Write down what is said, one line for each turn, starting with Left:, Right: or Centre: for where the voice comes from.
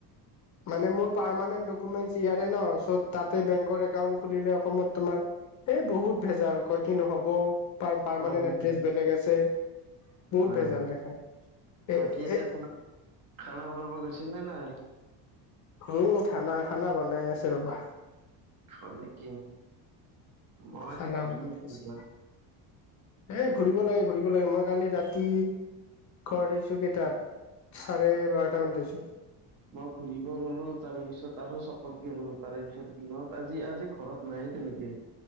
Left: মানে, মোৰ পাৰমেনেণ্ট ডকুমেন্ট ইয়াৰে ন'। চ' তাতে, বেংকৰ একাউণ্ট খুলিলে, অসমত তোমাৰ, এ, বহুত ভেজাল! কয়, কি? নহ'ব। পাৰ -পাৰমানেণ্ট
Right: হয় নেকি
Left: এড্ৰেছ বেলেগ আছে। বহুত
Right: হয়
Left: ভেজাল
Right: হয়
Left: দেখায়।
Right: বাকী
Left: এ,
Right: এতিয়া
Left: এ,
Right: খানা খানা বনাব গৈছে নে নাই?
Left: উম! খানা- খানা বনাই আছে, ৰ'বা।
Right: হয়, নেকি? মই
Left: খানা
Right: আজি, ঘূৰিয়ে
Left: বনাই
Right: ফুৰিবা।
Left: আছে এ, ঘুৰিব লাগে, ঘুৰিব লাগে। মই কালি, ৰাতি ঘৰ আহিছোঁ, কেইটাত? চাৰে, বাৰটা মানত আহিছোঁ।
Right: মই ঘুৰিব গ'লো। তাৰে পিছত, আৰু চপত গলোঁ। তাৰে পিছত, দিনত আজি, আজি ঘৰত নাই, তেনেকে। কি?